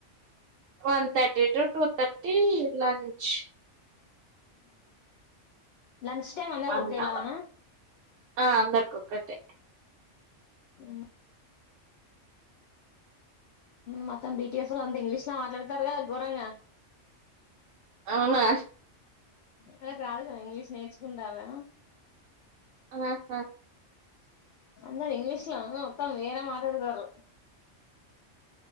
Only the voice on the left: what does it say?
lunch time అందరికీ
ఓకేలానా
ఆ మొత్తం బీటిఎస్ లో అంత ఇంగ్లీష్ లో మాట్లాడతారు కదా ఘోరంగా
వాళ్ళకి రాదు కదా ఇంగ్లీష్ నేర్చుకుంటారా
అందరు ఇంగ్లీష్ లో మొత్తం వేరే మాట్లాడతారు